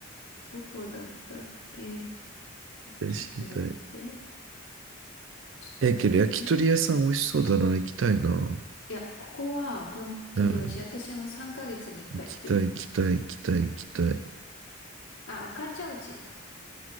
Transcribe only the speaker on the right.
対知りたい。
え、けど焼き鳥屋さん美味しそうだな。行きたいな。
うん。
行きたい、行きたい、行きたい、行きたい。